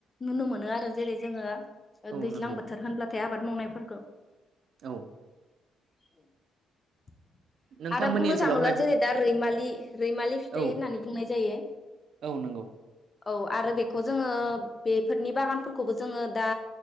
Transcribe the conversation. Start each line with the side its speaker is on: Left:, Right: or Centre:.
Left: नुनो मोनो आरो जेरै जोङो
Right: औ
Left: दैज्लां
Right: नंगौ
Left: बोथोर होनब्लाथाय आबाद मावनायफोरखौ
Right: औ।
Left: <inaudible>
Right: नोंथांमोननि
Left: आरो बुंनो
Right: ओनसोलावहाय
Left: थाङोला जेरै दा रैमालि लि रैमालि फिथाइ
Right: औ
Left: होननानै बुंनाय जायो।
Right: औ नंगौ
Left: औ आरो बेखौ जोङो बेफोरनि बागानफोरखौबो जोङो दा